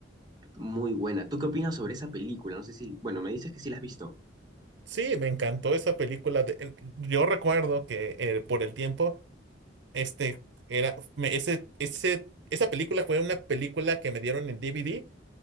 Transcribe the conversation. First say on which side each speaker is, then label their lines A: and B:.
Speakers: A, on the right; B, on the right.
A: Muy buena. ¿Tú qué opinas sobre esa película? No sé si, bueno, me dices que sí la has visto.
B: Sí, me encantó esa película. de- eh, yo recuerdo que eh, por el tiempo, este era, me- ese, ese, esa película fue una película que me dieron en DVD